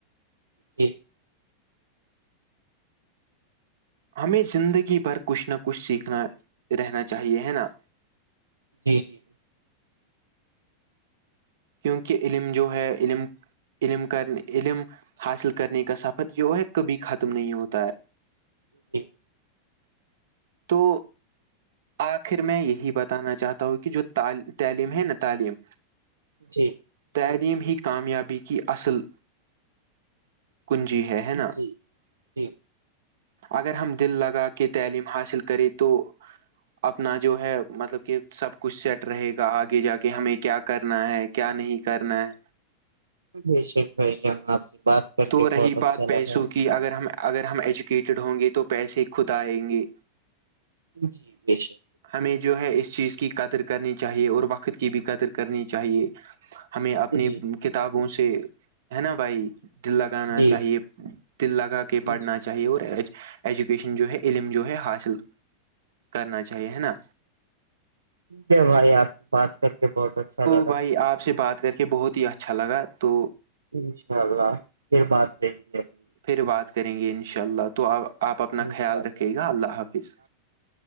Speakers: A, on the right (about 75°); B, on the right (about 55°).
A: جٹھ
B: ہمیں زندگی بھر کچھ نہ کچھ سیکھنا رہنا چاہیے ہے نا
A: جی جی
B: کیونکہ علم جو ہے علم علم کر علم حاصل کرنے کا سفر جو ہے کبھی ختم نہیں ہوتا ہے
A: ج
B: تو آخر میں یہی بتانا چاہتا ہوں کہ جو تعلیم ہے نا تعلیم
A: جی
B: تعلیم ہی کامیابی کی اصل کنجی ہے ہے
A: جی
B: نا
A: جی
B: اگر ہم دل لگا کے تعلیم حاصل کریں تو اپنا جو ہے مطلب کہ سب کچھ سیٹ رہے گا آگے جا کے ہمیں کیا کرنا ہے کیا نہیں کرنا ہے
A: ب شر بھائی جان آپ سے بات کر
B: تو
A: کے
B: رہی
A: بہت اچھا
B: بات پیسوں
A: لگا
B: کی اگر ہم اگر ہم ایجوکیٹڈ ہوں گے تو پیسے خود آئیں گے
A: جی بشک
B: ہمیں جو ہے اس چیز کی قدر کرنی چاہیے اور وقت کی بھی قدر کرنی چاہیے ہمیں اپنی
A: جی
B: کتابوں سے ہے نا بھائی دل لگانا
A: جی
B: چاہیے دل لگا کے
A: جی
B: پڑھنا چاہیے اور ایجوکیشن جو ہے علم جو ہے حاصل کرنا چاہیے ہے نا
A: ٹھیک ہے بھائی آپ سے بات کر کے بہت اچھا لگا
B: بھائی آپ سے بات کرتے یہ بہت ہی اچھا لگا تو
A: انشاء اللہ پھر بات کریں گے اپنی
B: پھر بات کریں گے انشاء اللہ تو اب آپ اپنا
A: انشاء
B: خیال
A: اللہ
B: رکھیے گا اللہ حافظ